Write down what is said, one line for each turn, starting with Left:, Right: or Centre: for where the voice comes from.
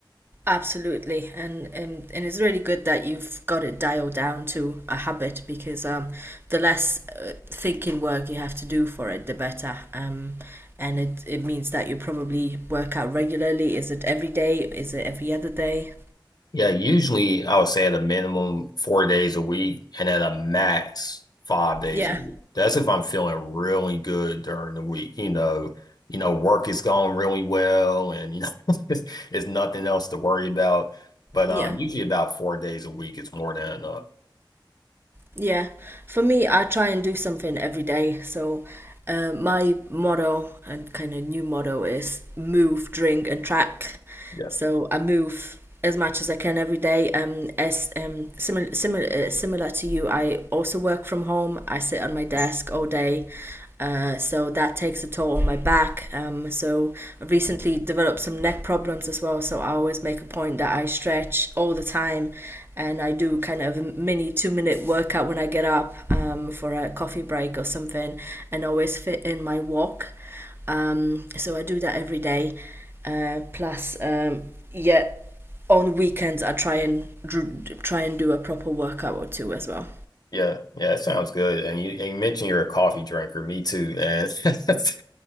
Right: Absolutely, and, and and it's really good that you've got it dialed down to a habit because um, the less uh, thinking work you have to do for it, the better. Um, and it it means that you probably work out regularly. Is it every day? Is it every other day?
Left: Yeah, usually I would say at a minimum four days a week and at a max five days
Right: Yeah.
Left: a week. That's if I'm feeling really good during the week. You know, you know, work is going really well and you know <laughs> it's, it's nothing else to worry about. But
Right: Yeah.
Left: um usually about four days a week is more than enough.
Right: Yeah, for me, I try and do something every day. So, uh, my motto and kind of new motto is move, drink, and track.
Left: Yeah.
Right: So I move as much as I can every day. Um, as um, similar similar uh, similar to you, I also work from home. I sit on my desk all day. Uh, so that takes a toll on my back. Um, so I've recently developed some neck problems as well. So I always make a point that I stretch all the time, and I do kind of a mini two-minute workout when I get up um, for a coffee break or something, and always fit in my walk. Um, so I do that every day. Uh, plus, um, yeah, on weekends I try and try and do a proper workout or two as well.
Left: Yeah. Yeah, It sounds good. And you and you mentioned you're a coffee drinker, me too. And <laughs>